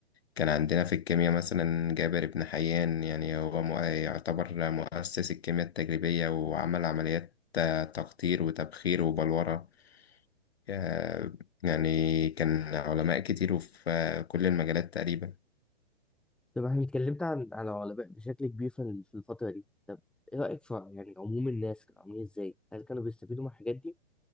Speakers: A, on the left; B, in the centre.
A: كان عندنا في الكيمياء مثلا جابر بن حيان يعني هو مؤ- يعتبر مؤسس الكيمياء التجريبية وعمل عمليات آه، تقطير وتبخير وبلورة آه، يعني كان علماء كتير وفي آه، كل المجالات تقريبا
B: طب احنا اتكلمت عن عن العلماء بشكل كبير في ال- في الفتره دي طب ايه رايك في يعني عموم الناس كانوا عاملين ازاي هل كانوا بيستفيدوا من الحاجات دي